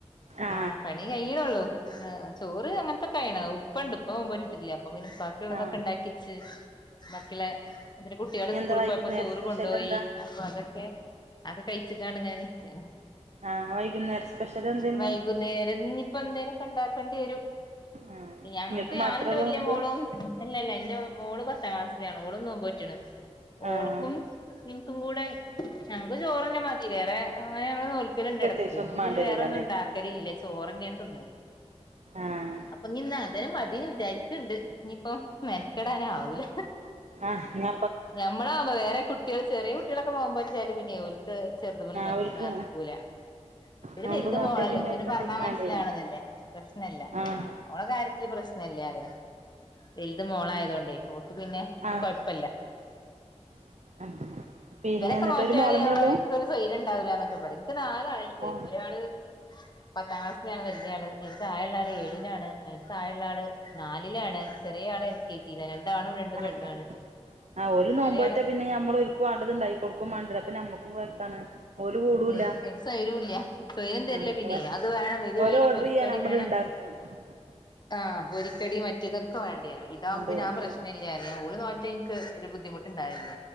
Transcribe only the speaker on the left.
ആഹ് പണി കഴിയണേയുള്ളൂ ആ ചോറ് അങ്ങനത്തെയൊക്കെ ആയേണ് ഉപ്പയുണ്ട് ഉപ്പ നോമ്പ് നോറ്റിട്ടില്ല അപ്പൊപ്പിന്നെ ഉപ്പാക്ക് ഉള്ളതൊക്കെ
ഉണ്ടാക്കിവെച്ചിട്ട് ബാക്കിയ്ള്ളെ പിന്നെ കുട്ടികൾ
സ്കൂളിൽ
പോയപ്പോ ചോറ്
കൊണ്ടോയി
അപ്പൊ അതൊക്കെ അതൊ പഴിച്ചിട്ടാണ് ഇങ്ങനെ നിക്ക്ണെ
വൈകുന്നേരം ഇനി ഇപ്പൊ എന്തെങ്കിലുമൊക്കെ ഉണ്ടാക്കേണ്ടി വരും
ഞങ്ങക്ക്
ഞാനുണ്ട് വല്ലിയ
മോളും ഇല്ലല്ല എന്റെ മോൾ പത്താം ക്ലാസ്സിലാണ് ഓളും നോമ്പ് റ്റ്ണ്
ഓൾക്കും ൻക്കും കൂടെ ഞങ്ങൾക്ക് ചോറ് തന്നെ മതി വേറെ അങ്ങനെ ഞങ്ങൾ നോൽ നോക്കലുണ്ട്
ഇടയ്ക്ക് ഞങ്ങള്
പിന്നെ വേറെ ഒന്നും ഉണ്ടാക്കലില്ല ചോറ് തന്നെയാണ് തിന്നല്
അപ്പൊ ഞ്ഞ് ന്ന് എ അന്നേരം മതീന്ന് വിചാരിക്ക്ണ്ട് ഇനിയിപ്പം മെനക്കെടാൻ ആവൂല
ഞമ്മളാ വേറെ കുട്ടികൾ ചെറിയ കുട്ടികളൊക്കെ നോമ്പ് നോറ്റാല് പിന്നെ ക്ക് ചെറുതുപോലെ
നടക്കൂല ഇവടെ
വെൽത്
മോൾ അല്ലേ ഓക്ക്
പിന്നെ
പർണാ മനസ്സിലാവ്ണത്
അല്ലേ പ്രശ്ന ഇല്ല
ആ ഓളെ കാര്യത്തിൽ പ്രശ്ന എല്ലാറിയാം വലുത് മോളായത് കൊണ്ടേ ഓൾക്ക് പിന്നെ
കൊഴപ്പല്ല
ഇവരൊക്കെ
നോറ്റാല്
ഞാൻ പറയും എനിക്കൊരു സൗര്യം ഉണ്ടാവൂല ന്നൊക്കെ പറയും ൻക്ക് നാലാളുണ്ട്
ഒരാള് പത്താം ക്ലാസ്സിലാണ് വലിയ ആള് അതിന്റെ താഴെയുള്ള ആള് ഏഴിലാണ് അതിൻ്റെ താഴെയുള്ള ആള് നാലിലാണ് ചെറിയ ആള് എൽ കെ ജി യില രണ്ട്
പെണ്ണു
ആണ്
ചെറിയാള്
ഉം
ഒരു സ്വൈരൂല്ല സ്വൈരം തരില്ല
പിന്നെ
അത് വേണം ഇത്
വേണം
പൊരിക്കടി
വേണം
ആഹ് പൊരിക്കടി മറ്റേതൊക്കെ വേണ്ടി വരും ഇതാവുമ്പം
പിന്നെ ആ പ്രശ്നല്ലാറിം
ഞാ ഓള് നോ എനിക്ക് ഒരു ബുദ്ധിമുട്ടുണ്ടായില്ല